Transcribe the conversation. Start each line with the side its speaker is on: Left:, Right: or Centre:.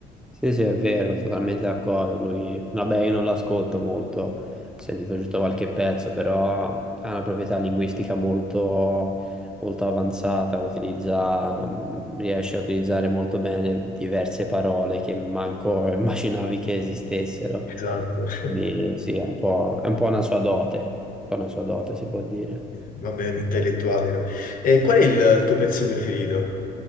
Centre: sì, sì, è vero, totalmente d'accordo. Lui, vabbè, io non l'ascolto molto, ho sentito giusto qualche pezzo, però ha una proprietà linguistica molto, molto avanzata, utilizza, mh, riesce a utilizzare molto bene diverse parole che manco <laughs> immaginavi che esistessero.
Left: Esatto. <laughs>
Centre: Quindi, sì, è un po', è un po' una sua dote, un po' una sua dote, si può dire.
Left: Vabbè, è un intellettuale. no? E qual è il tuo pezzo preferito?